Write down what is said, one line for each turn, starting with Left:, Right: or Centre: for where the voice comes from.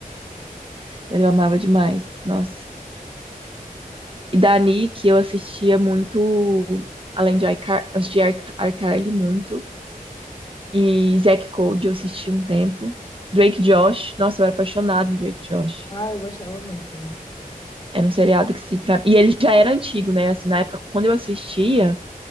Right: Mas eu amava demais, nossa. E da Nick, eu assistia muito, além de iCar, eu assistia Ar- iCarly muito. E Zack Code eu assisti um tempo. Drake Josh, nossa, eu era apaixonada em Drake Josh.
Left: Ah, eu gostava muito também.
Right: Era um seriado que sim, pra... E ele já era antigo, né? Assim, na época, quando eu assistia,